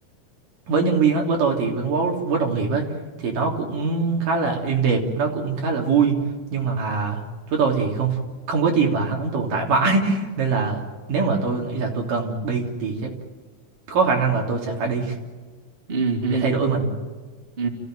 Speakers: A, on the right; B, on the right.
A: với nhân viên á, với tôi thì gắn bó với đồng nghiệp ấy thì nó cũng khá là êm đẹp nó cũng khá là vui nhưng mà với tôi thì không không có chi mà hắn tồn tại mãi <laughs> nên là nếu mà tôi nghĩ là tôi cần đi thì chắc có khả năng là tôi sẽ phải đi
B: ừ. ừ.
A: để thay đổi mình
B: Ừ.